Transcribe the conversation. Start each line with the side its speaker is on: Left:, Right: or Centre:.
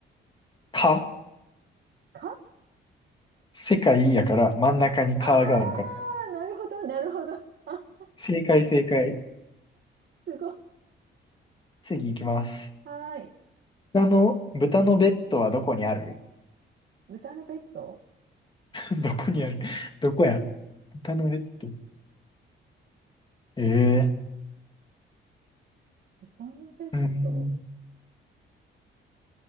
Left: 蚊。
Right: か
Left: 世界やから真ん中に蚊があるから。
Right: ああー、なるほど、なるほど。<laughs> あ、
Left: 正解正解。
Right: すごい。
Left: 次行きます。
Right: はーい。
Left: 豚の、豚のベッドはどこにある
Right: 豚のベッド
Left: <laughs> どこにあるどこや豚のベッド。ええ
Right: 豚のベッド
Left: ー。うん。